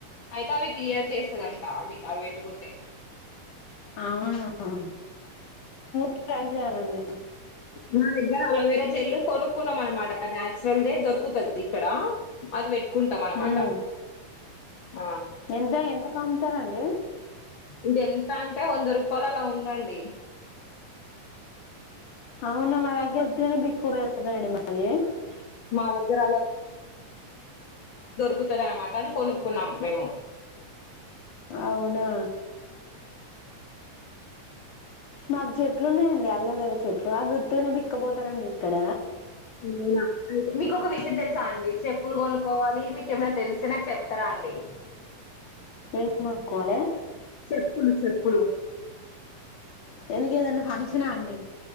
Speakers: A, on the left; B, on the left.
A: అయితే అవి క్లియర్ చేస్తుదంట అవి అవి పెట్టుకుంటే
B: అవునా ట్రై చేయాలండి
A: నా దగ్గర అలోవేరా జైల్లు కొనుక్కున్నాం అనమాట, నాచురల్ దే దొరుకుతది ఇక్కడ అది పెట్టు ఒక్కుంటాం అనమాట
B: ఉమ్,
A: ఆ
B: ఎంత ఎంతకు కమ్ ఇస్తారండి
A: ఇది ఎంత అంటే వంద రూపాయలు అలా ఉందండి
B: అవునా మ దగ్గర <unintelligible>
A: మా దగ్గర తుద అన్నమాట అది కొనుక్కున్నాం మేము
B: అవునా మాకు చెట్లు ఉన్నాయండి అల్ల చెట్లు అవి ఉట్టిగానే బిక్కపోతారండి ఇక్కడ
A: అవునా అయితే మీకు ఒక విషయం తెలుసా అండి చెప్పులు కొనుక్కోవాలి మీకేమనా తెలిస్తే నాకు చెప్తారా అండి
B: ఎం కొనుక్కోవాలె
A: చెప్పులు చెప్పులు
B: ఎఎందుకు ఏదైనా ఫంక్షనా అండి